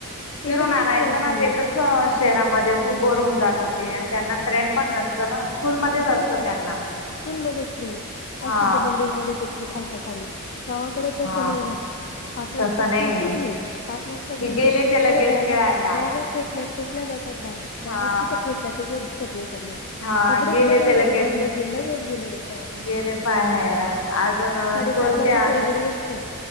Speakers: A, on the left; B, on the left.
A: ते
B: फिरून
A: पण
B: आणायचं
A: कुठे होतील
B: ना ते कस शहरामध्ये खूप बोर होऊन जातं ते आणि त्यांना फ्रेंड पण नसतं ना स्कूलमध्येच
A: कोणीही
B: असतं
A: नसतय
B: त्यांना
A: स्कूलमध्येच फ्रेंड
B: हा
A: असतील तर बिल्डिंगमध्येध्ये तेथून खालच्या खाली गावाकडे तसं
B: हा
A: नाही ना पाच वाजता
B: तसं
A: स्कूल
B: नाही
A: सुटली पाच वाजता सग
B: कि गेले
A: सुटली
B: ते
A: पोरं
B: लगेच
A: बॅग
B: खेळायला
A: बॅगा फेक फेकल्या जातात बाहेर बॅगा
B: हा
A: कुठ फेकल्या ते सुद्धा दिसत नाही त्यांना
B: हा
A: कपडे
B: गेले
A: कधी
B: ते लगेच
A: कधी बदलत नाही लगेच गेले ते पळत
B: गेले बाहेर अजून
A: साडे
B: स्कूलच्या
A: सात वाजे शिवाय
B: आधी
A: घरी येत नाही